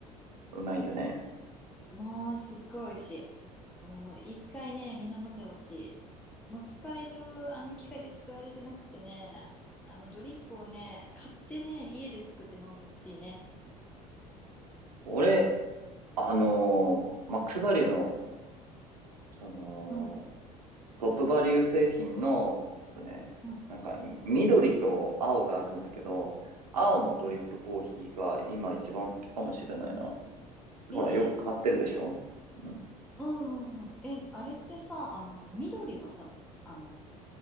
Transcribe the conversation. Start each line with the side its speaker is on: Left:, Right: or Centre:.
Right: うまいよね。
Centre: ー。もうすっごい美味しい。もう一回ね、みんな飲んでほしい。持ち帰るあの機械で作られじゃなくてね、あのドリップをね、買ってね、家で作って飲んでほしいね。
Right: 俺、あのーマックスバリューの、その、
Centre: うん、
Right: トップバリュー製品の、えっとね、
Centre: うん、
Right: なんか、緑と青があるんだけど、青のドリップコーヒーが今一番好きかもしれないな。
Centre: もう。えー、
Right: ほら、よく買ってるでしょうん。
Centre: うんうんうん。え、あれってさ、あの、緑はさ、あの、